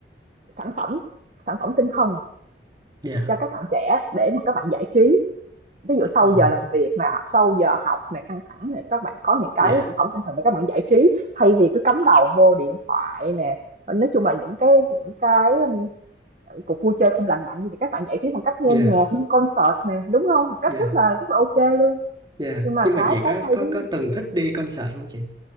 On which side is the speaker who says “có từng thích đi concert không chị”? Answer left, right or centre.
Right